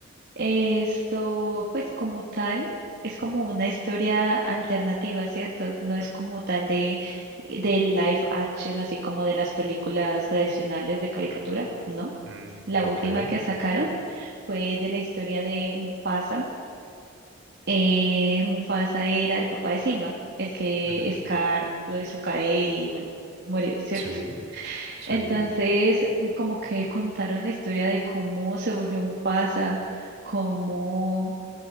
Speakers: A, on the right (about 55°); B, on the right (about 70°).
A: Esto, pues como tal, es como una historia alternativa, ¿cierto? No es como tal de, de live action, así como de las películas tradicionales de caricatura, ¿no?
B: Mm,
A: La
B: ok.
A: última que sacaron fue de la historia de Mufasa. Eh, Mufasa era el papá de Simba, el que
B: Ujú.
A: Scar lo hizo caer y bueno, murió, ¿cierto?
B: Sí, sí,
A: Entonces, como que contaron la historia de cómo se volvió Mufasa, cómo